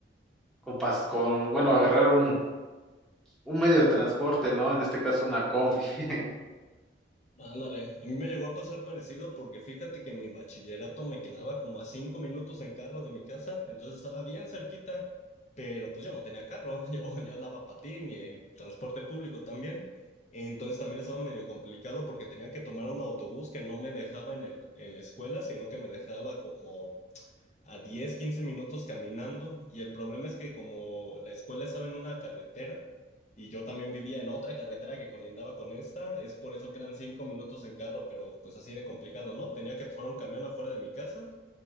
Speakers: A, in the centre; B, on the left.
A: con, pas- con bueno, agarrar un, un medio de transporte, ¿no? En este caso una combi. <laughs>
B: Ándale, a mí me llegó a pasar parecido porque fíjate que mi bachillerato me quedaba como a cinco minutos en carro de mi casa, entonces estaba bien cerquita, pero pues yo no tenía carro, <laughs> yo, yo andaba a patín y en transporte público también, entonces también estaba medio complicado porque tenía que tomar un autobús que no me dejaba en el, en la escuela, sino que me dejaba como a 10 15 minutos caminando y el problema es que como la escuela estaba en una carretera y yo también vivía en otra carretera que colindaba con esta, es por eso que eran 5 minutos en carro, pero pues así de complicado, ¿no? Tenía que tomar un camión afuera de mi casa